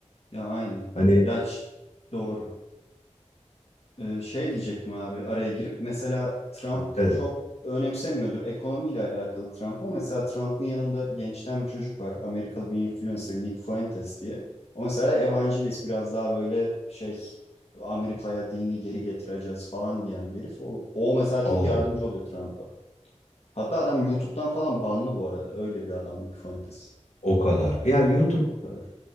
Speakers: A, on the left; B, on the left.
A: Ya aynen.
B: Hani
A: Ya ş- doğru. Ee, şey diyecektim abi araya girip mesela Trump
B: e,
A: çok önemsemiyordur ekonomiyle alakalı Trump ama mesela Trump'ın yanında gençten bir çocuk var. Amerikalı bir influencer Nick Fuentes diye. O mesela evangelist biraz daha böyle şey Amerika'ya dini geri getireceğiz falan diyen bir herif. O, o mesela çok
B: Allah
A: yardımcı
B: Allah,
A: oluyor Trump'a. Hatta adam YouTube'dan falan banlı bu arada. Öyle bir adam Nick Fuentes.
B: o kadar. Ya YouTube
A: O kadar.